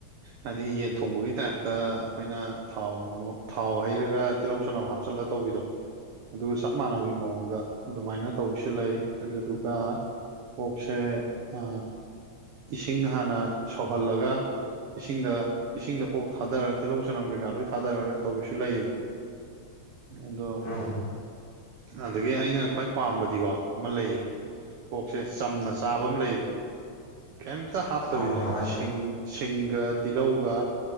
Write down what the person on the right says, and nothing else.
ꯍꯥꯏꯗꯤ ꯌꯦꯟ ꯊꯣꯡꯕꯒꯤ ꯇꯥꯏꯞꯇ ꯑꯩꯈꯣꯏꯅ ꯊꯥꯎ ꯉꯧ ꯊꯥꯎ ꯍꯩꯔꯒ ꯇꯤꯜꯍꯧ ꯆꯅꯝ ꯍꯥꯞꯆꯜ ꯂ ꯇꯧꯕꯤꯗꯣ ꯑꯗꯨꯒ ꯆꯞ ꯃꯥꯟꯅꯕꯤ ꯃꯑꯣꯡꯗ ꯑꯗꯨꯃꯥꯏꯅ ꯇꯧꯕꯁꯨ ꯂꯩ ꯑꯗꯨꯗꯨꯒ ꯑꯣꯛꯁꯦ ꯑ ꯏꯁꯤꯡ ꯍꯥꯟꯅ ꯁꯧꯍꯜꯂꯒ ꯏꯁꯤꯡꯗ ꯏꯁꯤꯡꯗ ꯑꯣꯛ ꯊꯥꯗꯔ ꯇꯤꯜꯍꯧ ꯆꯅꯝ ꯀꯩꯀꯥ ꯂꯣꯏ ꯊꯥꯗꯔꯒ ꯇꯧꯕꯁꯨ ꯂꯩꯌꯦꯕ ꯑꯗꯣ
ꯑꯗꯒꯤ ꯑꯩꯅ ꯈ꯭ꯋꯥꯏ ꯄꯥꯝꯕꯗꯤꯀꯣ ꯑꯃ ꯂꯩꯌꯦ ꯑꯣꯛꯁꯦ ꯆꯝꯅ ꯆꯥꯕ ꯑꯃ ꯂꯩꯌꯦꯕ ꯀꯩꯝꯇ ꯍꯥꯞꯇꯕꯤꯗ
ꯁꯤꯡ ꯁꯤꯡꯒ ꯇꯤꯜꯍꯧꯒ